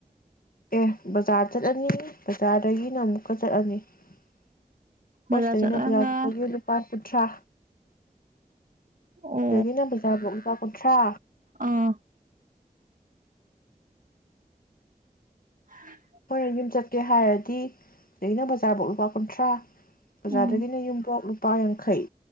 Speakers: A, on the left (about 70°); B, on the right (about 65°).
A: ꯑꯦ ꯕꯖꯥꯔ ꯆꯠꯂꯅꯤ ꯕꯖꯥꯔꯗꯒꯤ ꯅꯪ ꯀ ꯆꯠꯂꯅꯤ ꯑꯩꯈꯣꯏꯁꯤꯗꯑꯤ
B: ꯕꯖꯥꯔ ꯆꯠꯂꯒ
A: ꯕꯖꯥꯔ ꯆꯄꯒꯤ ꯂꯨꯄꯥ ꯀꯨꯟꯊ꯭ꯔꯥ
B: ꯑꯣ
A: ꯗꯒꯤꯅ ꯕꯖꯥꯔ ꯕꯨꯛ ꯂꯨꯄ ꯑꯣꯊ꯭ꯔꯥ
B: ꯑꯥ ꯎꯝ
A: ꯍꯣꯏ ꯌꯨꯝ ꯆꯠꯀꯦ ꯍꯥꯏꯔꯗꯤ ꯑꯩꯅ ꯕꯖꯥꯔꯐꯥꯎ ꯂꯨꯄꯥ ꯀꯨꯟꯊ꯭ꯔꯥ ꯑꯣꯖꯥꯗꯒꯤꯅ
B: ꯎꯝ
A: ꯌꯨꯝ ꯄꯣꯛ ꯄ ꯌꯥꯡꯈꯩ